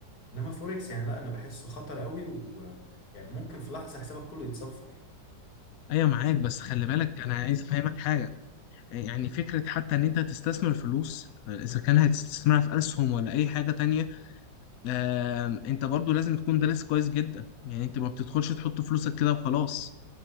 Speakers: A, on the left; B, on the left.
A: انما فوركس يعني لا انا بحسه خطر قوي ويعني ممكن في لحظه حسابك كله يتصفر
B: ايوه معاك بس خلي بالك انا عايز افهمك حاجة يعني فكرة حتى ان انت تستثمر فلوس آه، اذا كان هتستثمرها في اسهم ولا اي حاجة تانية آم، انت برضو لازم تكون دارس كويس جدا يعني انت ما بتدخلش تحط فلوسك كده وخلاص